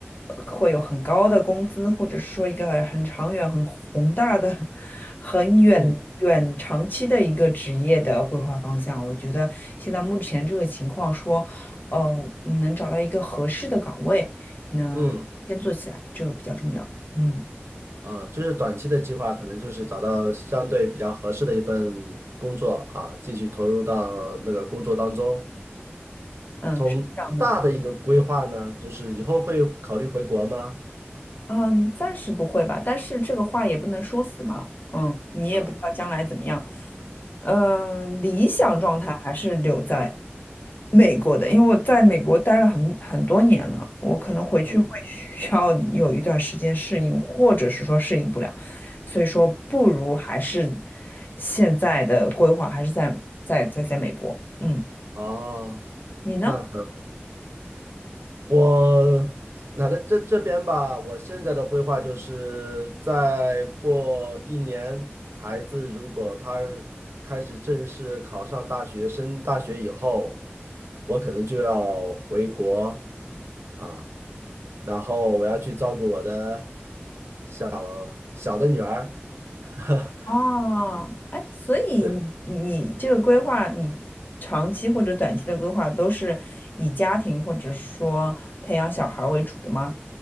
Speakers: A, on the left (about 45°); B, on the right (about 85°).
A: 会有很高的工资，或者是说一个很长远、很宏大的、很远远长期的一个职业的规划方向。
B: 嗯
A: 我觉得现在目前这个情况说。哦，嗯能找到一个合适的岗位，那先做起来，
B: 嗯，
A: 这个比较重要。嗯
B: 啊，就是短期的计划，可能就是找到相对比较合适的一份工作啊，继续投入到那个工作当中。
A: 嗯，
B: 从大的一个规划呢，
A: 是这样的。
B: 就是以后会考虑回国吗？
A: 嗯，暂时不会吧，但是这个话也不能说死嘛。嗯，你也不知道将来怎么样。
B: 啊。
A: 嗯，理想状态还是留在美国的，因为我在美国待了很很多年了，我可能回去会
B: 嗯，
A: <laughs> 需要有一段时间适应，或者是说适应不了，所以说不如还是现在的规划还是在在在在美国。嗯，
B: 哦，
A: 你呢？
B: 那很，我那在这这边吧，我现在的规划就是再过一年，孩子如果他开始正式考上大学，升大学以后，我可能就要回国啊，然后我要去照顾我的小小的女儿，<laughs>
A: 哦，哎，所以你你这个规划，
B: 对。
A: 你长期或者短期的规划都是以家庭或者说培养小孩儿为主的吗？